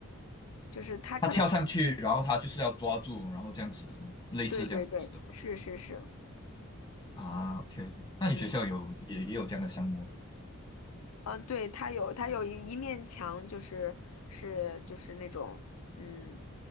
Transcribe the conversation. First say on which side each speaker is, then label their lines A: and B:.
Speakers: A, on the left; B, on the left.
A: 就是他可能，
B: 他跳上去，然后他就是要抓住，然后这样子，类似这样子的吧。
A: 对对对，是是是，
B: 啊，OK，那你学校有也也有这样的项目？
A: 嗯，呃，对，他有他有一一面墙，就是是就是那种，嗯，